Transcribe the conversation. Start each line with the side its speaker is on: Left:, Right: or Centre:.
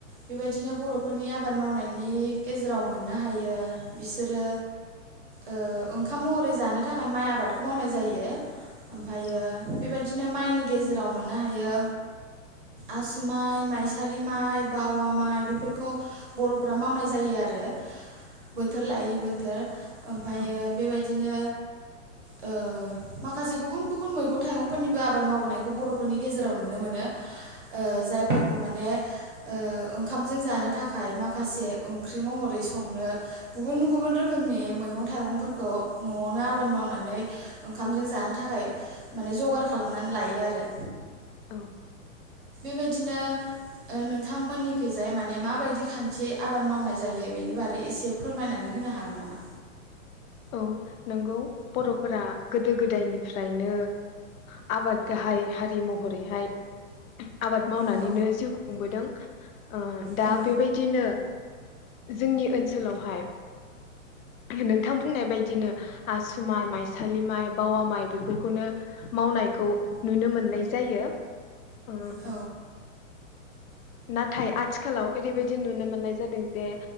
Right: बेबायदिनो बर'फोरनि आबाद मावनायनि गेजेराव मोननो हायो बिसोरो ओ ओंखाम महरै जानो थाखाय माइ आबादखौ मावनाय जायो। ओमफ्रायो
Left: औ
Right: बेबाय दिनो माइनि गेजेराव मोननो हायो आसु माइ, माइसालि माइ, बावा माइ बेफोरखौ बर'फ्रा मावनाय जायो आरो बोथोर लायै बोथोर। ओमफ्रायो
Left: औ
Right: बेबायदिनो ओ माखासे गुबुन गुबुन मैगं थाइगंफोरनिबो आबाद मावबोनायखौ बर'फोरनि गेजेराव नुनो मोनो। ओ जायफोरखौ माने ओ ओंखामजों जानो थाखाय माखासे ओंख्रि मह रै संनो गुबुन गुबुन रोखोमनि मैगं थाइगंफोरखौ न'आवनो आबाद मावनानै ओंखामजों जानो थाखाय माने जगार खालामनानै लायो आरो।
Left: औ
Right: बेबायदिनो ओ नोंथांमोननिखैजाय माने माबायदि खान्थियै आबाद मावनाय जायो बेनि बारै एसे फोरमायनानै होनो हागोन नामा?
Left: औ नोंगौ बर'फोरा गोदो गोदायनिफ्रायनो आबाद गाहाइ हारि महरैहाय आबाद मावनानैनो
Right: औ
Left: जिउ खुंबोदों ओ दा
Right: औ
Left: बेबायदिनो जोंनि ओनसोलावहाय नों बुंनाय बायदिनो आसु माइ माइसालि माइ बावा माइ बेफोरखौनो मावनायखौ नुनो मोननाय जायो। ओ
Right: औ
Left: नाथाय आथिखालाव ओरैबायदि नुनो मोननाय जादों जे